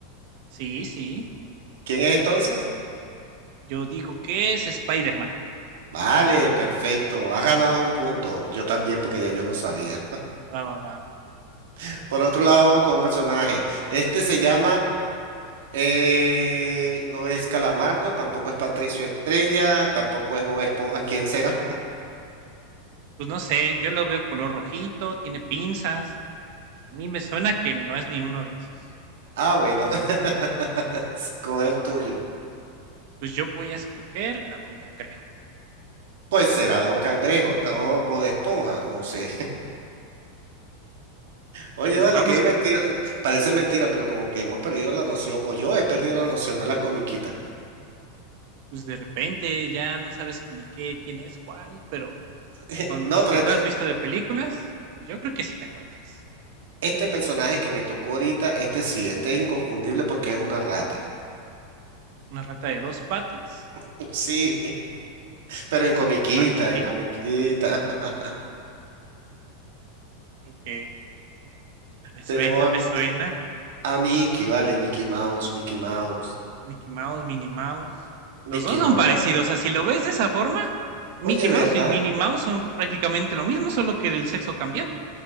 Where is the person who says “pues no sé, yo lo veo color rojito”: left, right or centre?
Right